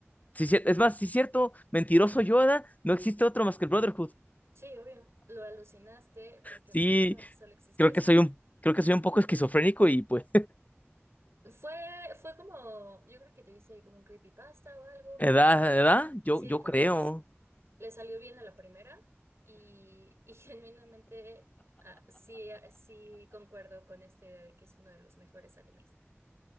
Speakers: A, on the left (about 35°); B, on the right (about 70°).
A: Sí, cier- es más, sí es cierto, mentiroso Yoda, no existe otro más que el Brotherhood.
B: Sí, obvio. Lo alucinaste porque
A: Sí,
B: absolutamente solo existe
A: creo
B: ese.
A: que soy un, creo que soy un poco esquizofrénico y pues,
B: Fue, fue como, yo creo que te hice como un creepypasta o algo,
A: <laughs> edad,
B: porque
A: edad, yo,
B: sí,
A: yo
B: porque
A: creo.
B: es- le salió bien a la primera y, y <laughs> genuinamente ah, sí, ah, sí concuerdo con esta idea de que es uno de los mejores animes.